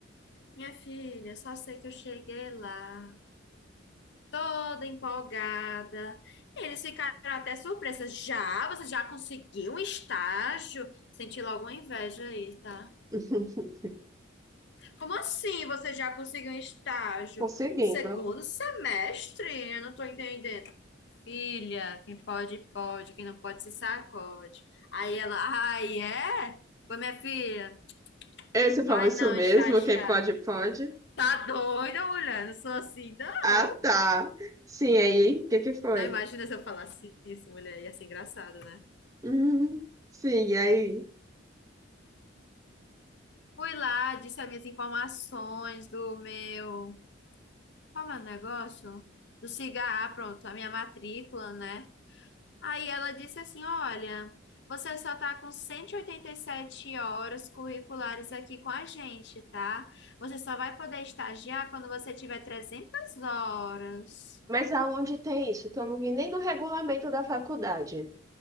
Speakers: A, on the left; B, on the right.
A: Minha filha, só sei que eu cheguei lá. toda empolgada. Eles ficaram até surpresas. Já? Você já conseguiu um estágio? Senti logo uma inveja aí, tá?
B: <laughs>
A: Como assim você já conseguiu um estágio?
B: conseguindo.
A: No segundo semestre? Eu não tô entendendo. Filha, quem pode, pode. Quem não pode, se sacode. Aí ela, ai, é? Foi minha filha,
B: É, Você
A: vai
B: falou isso
A: não
B: mesmo?
A: estagiar.
B: Quem pode, pode.
A: Tá doida, mulher? Não sou assim, não.
B: Ah, tá. Sim, aí, o que que foi?
A: Não imagina se eu falasse isso, mulher. Ia ser engraçado, né?
B: Uhum. Sim, e aí?
A: Fui lá, disse as minhas informações do meu. Qual é o negócio? Do cigarro, pronto, a minha matrícula, né? Aí ela disse assim: Olha, você só tá com cento e e oitenta e sete horas curriculares aqui com a gente, tá? Você só vai poder estagiar quando você tiver 300 horas.
B: Mas aonde tem isso? Que eu não vi nem no regulamento da faculdade.